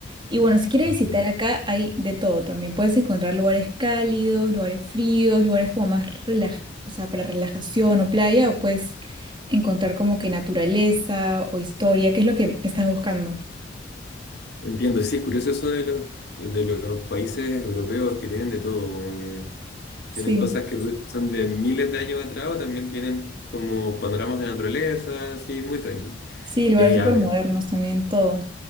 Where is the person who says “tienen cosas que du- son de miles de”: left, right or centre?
Left